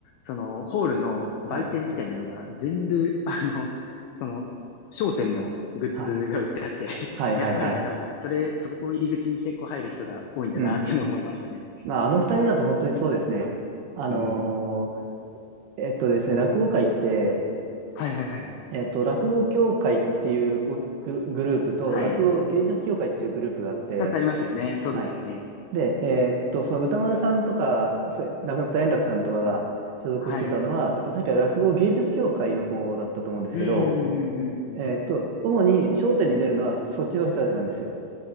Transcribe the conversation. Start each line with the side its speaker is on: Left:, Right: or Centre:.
Left: その、ホールの売店みたいなのが全部、
Right: はい、
Left: あの、その、商店のグッズが売ってあって
Right: はい、
Left: <laughs>
Right: はい、
Left: やっぱりなんか、
Right: はい、はい。
Left: それ、そこを入り口にしてこう入る人が多いんだなっていうのを思いましたね。
Right: うん。まあ、あの二人だと本当にそうですね。あのー
Left: うん。
Right: えっとですね、落語界って、
Left: はいはいはいはい。
Right: えっと、落語協会っていうおグルグループと、
Left: はい。
Right: 落語芸術協会っていうグループがあって、
Left: 二つありますよね。そうですよね。
Right: はい。で、えーっと、その歌丸さんとか、それ亡くなった円楽さんとかが所属してたのは、
Left: はいはい。
Right: えっと、確か落語芸術協会の方だったと思うんですけど、
Left: うん、うん、うん、うん。
Right: えーっと、主に笑点に出るのはそっちの人たちなんですよ。